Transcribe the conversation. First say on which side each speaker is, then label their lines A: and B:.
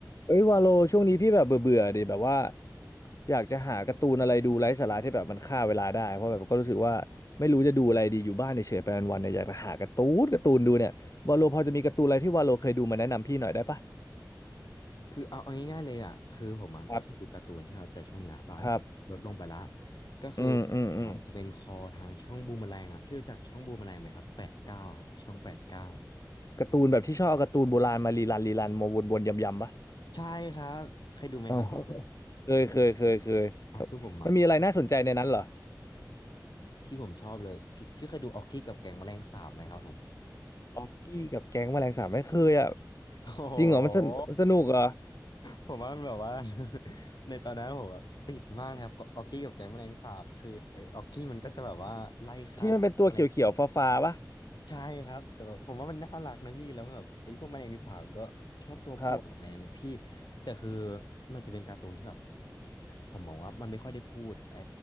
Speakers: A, on the left; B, on the left.
A: เอ้ยวาโลช่วงนี้พี่แบบเบื่อเบื่อดิแบบว่าอยากจะหาการ์ตูนอะไรดูไร้สาระที่แบบมันฆ่าเวลาได้เพราะแบบก็รู้สึกว่าไม่รู้จะดูอะไรดีอยู่บ้านเฉยๆไปวันๆเนี่ยอยากจะหาการ์ตูนการ์ตูนดูเนี่ยวาโลพอจะมีการ์ตูนอะไรที่วาโลเคยดูมาแนะนำพี่หน่อยได้ปะ
B: คือเอาเอาง่ายๆเลยอ่ะคือผมอ่ะก็คือดูการ์ตูนใช่ไหมแต่ช่วงเนี้ยเราอาจจะลดลงไปละ
A: ครับครับ
B: ก็คือผมอ่ะจะเป็นคอทางช่องบูมเมอแรงอ่ะพี่รู้จักช่องบูมเมอแรงไหมครับแปดเก้าครับช่องแปดเก้า
A: อืมอืมอืมการ์ตูนแบบที่ชอบเอาการ์ตูนโบราณมารีรันรีรันมาวนๆยำๆปะ
B: ใช่ครับเคยดูไหมครับช่องนั้น
A: อ๋อเคยเคยเคยเคยถ้ามันมีอะไรน่าสนใจในนั้นเหรอ
B: อ่ะคือผมอ่ะชอบที่ผมชอบเลยพี่พี่เคยดูออกกี้กับแก๊งแมลงสาบไหมครับผม
A: ออกกี้กับแก๊งแมลงสาบไม่เคยอ่ะ
B: โอ้โห
A: จริงเหรอมันสนมันสนุกเหรอ
B: ผมว่ามันแบบว่า <laughs> ในตอนนั้นผมแบบติดมากเลยครับก็ออกกี้กับแก๊งแมลงสาบคือไอ้ออกกี้มันก็จะแบบว่าไล่ฆ่าแมลงสาบ
A: ที่มันเป็นตัวเขียวๆฟ้าๆปะ
B: ใช่ครับแต่แบบผมว่ามันน่ารักนะพี่แล้วแบบไอ้พวกแมลงสาบก็ชอบตัวป่วนอะไรอย่างเงี้ยพี่
A: ครับ
B: แต่คือมันจะเป็นการ์ตูนที่แบบผมมองว่ามันไม่ค่อยได้พูดไอ้